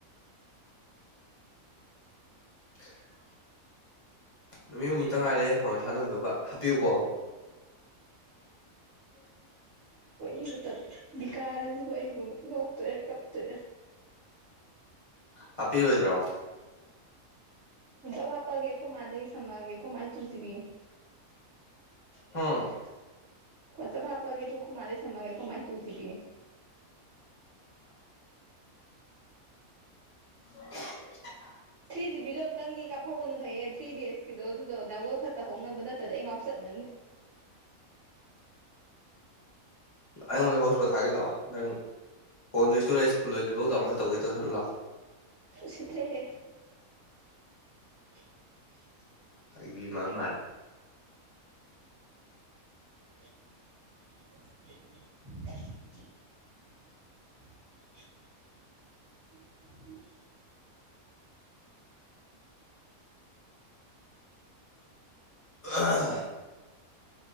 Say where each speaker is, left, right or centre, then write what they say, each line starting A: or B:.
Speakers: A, on the left (about 25°); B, on the right (about 50°).
A: <inaudible> ꯅꯨꯃꯤꯠ ꯍꯨꯝꯅꯤ ꯇꯉꯥꯏꯔꯦ ꯐꯣꯟ ꯄꯩꯁꯥ ꯂꯧꯣꯏꯗꯒ ꯍꯥꯞꯄꯤꯌꯨꯀꯣ <inaudible>
B: ꯏꯕꯨ ꯕꯤꯀꯥꯔꯁꯤꯕꯨ ꯑꯩꯕꯨ ꯅꯣꯛꯇꯣꯏꯔꯥ ꯀꯞꯇꯣꯏꯔꯥ
A: ꯍꯥꯄꯤꯔꯣꯏꯗ꯭ꯔꯣ
B: ꯁ ꯍꯥꯞꯄꯑꯒꯦꯈꯣ ꯃꯥꯗꯗꯒꯤ ꯁꯝꯃꯒꯦꯈꯣ ꯃꯥꯥꯏ ꯇꯨꯁꯤꯕꯤ
A: ꯍꯝ
B: ꯀꯣ ꯆꯞ ꯍꯥꯞꯄꯒꯦ ꯑꯗꯨꯣꯈ ꯃꯥꯂꯩ ꯁꯝꯃꯒꯦꯣ ꯃꯥꯏ ꯇꯨꯁꯤꯕꯤꯅꯦ
A: <inaudible>
B: ꯊ꯭ꯔꯤ ꯖꯤꯕꯤꯗꯣ ꯑꯨꯛꯇꯪꯗꯤ ꯀꯥꯞꯍꯧꯕꯅ ꯐꯩꯌꯦ ꯊ꯭ꯔꯤ ꯗꯦꯖꯀꯤꯗꯣ ꯑꯗꯨꯗꯣꯗꯥꯎꯂꯔ ꯈꯛꯇ ꯍꯧꯅꯕ ꯅꯠꯇ ꯑꯩ ꯉꯥꯎ ꯆꯠ ꯅ
A: ꯑꯩꯉꯣꯟꯗ ꯍꯣꯁꯄꯜ ꯊꯥꯒꯠ ꯂꯥꯛꯑꯣ ꯅꯪ ꯐꯣꯟꯗꯣ ꯏꯁꯇꯣꯔꯦꯖ ꯐꯨꯜ ꯑꯣꯏꯗꯗꯤꯐꯥꯎ ꯗꯥꯎꯟꯂꯣꯗ ꯇꯧꯒꯦ ꯇꯧꯁꯜꯂꯥꯛꯑꯣ
B: ꯁꯇ꯭ꯔꯦ ꯍꯦ <inaudible>
A: ꯍꯥꯏ ꯏ ꯃ ꯃꯥ
B: <inaudible> <inaudible>
A: ꯑ